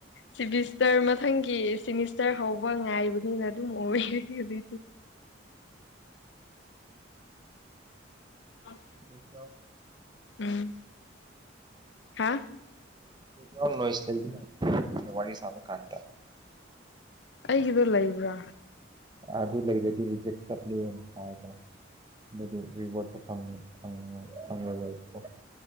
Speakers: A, on the left; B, on the right.
A: ꯁꯤꯃꯤꯁꯇꯔ ꯃꯊꯪꯒꯤ ꯁꯤꯃꯤꯁꯇꯔ ꯍꯧꯕ ꯉꯥꯏꯕꯅꯤꯅ ꯑꯗꯨꯝ ꯑꯣꯏꯔ ꯍꯧꯖꯤ ꯑ
B: ꯎꯝ
A: ꯎꯝ ꯍꯥ
B: ꯑꯦꯛꯖꯝꯅꯣꯁ ꯋꯥꯔꯤ ꯁꯥꯕ ꯀꯥꯟ
A: ꯑꯩꯒꯤꯗꯣ ꯂꯩꯕ꯭ꯔꯥ
B: ꯑꯗꯨ ꯂꯩꯔꯗꯤ ꯔꯤꯖꯦꯛ ꯆꯠꯂꯤꯅ ꯍꯥꯏꯕ ꯑꯗꯨꯗꯤ ꯔꯤꯋꯥꯔꯗꯣ ꯐ ꯐꯪꯕ ꯑꯣꯏꯕꯀꯣ